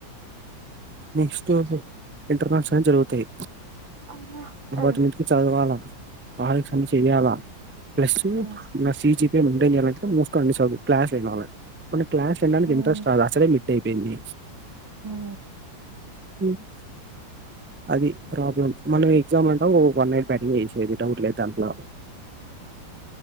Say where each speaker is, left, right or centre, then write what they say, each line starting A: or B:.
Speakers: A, on the right; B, on the right.
A: నెక్స్ట్ ఇంటర్నేషనల్ జరుగుతాయి
B: అమ్మా
A: అప్పటి
B: ఆ
A: నుంచి చదువాల ప్రాజెక్ట్స్
B: ఉమ్
A: అన్ని చెయ్యాలా ప్లస్ ఇంగ
B: ఉమ్
A: సి జి పి ఏ ఇవ్వన్ని చేయాలంటే మూసుకొని క్లాసులు వినాలి క్లాస్ వినడానికి
B: ఉమ్
A: ఇంట్రస్ట్ రాలే అసలే అయిపోయింది
B: ఉమ్
A: ఉమ్ అది ప్రాబ్లమ్ మనం ఎగ్జామ్ అంటం వన్ నైట్ బ్యాటింగ్ చేసేది డౌట్ లేదు దాంట్లో